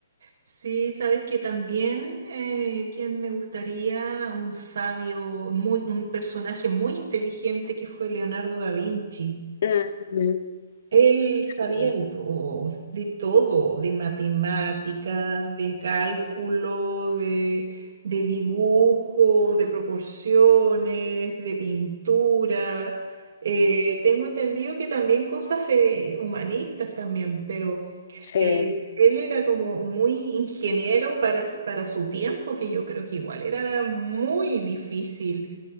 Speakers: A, on the right (about 65°); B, on the left (about 60°).
A: Sí, sabes que también eh, quien me gustaría, un sabio, muy, un personaje muy inteligente que fue Leonardo da Vinci.
B: Ujú.
A: Él sabía
B: Bien.
A: de todo, de todo, de matemáticas, de cálculo, de, de dibujo, de proporciones, de pintura. Eh, tengo entendido que también cosas eh, humanistas también, pero...
B: Sí,
A: Él, él era como muy ingeniero para, para su tiempo, que yo creo que igual era muy difícil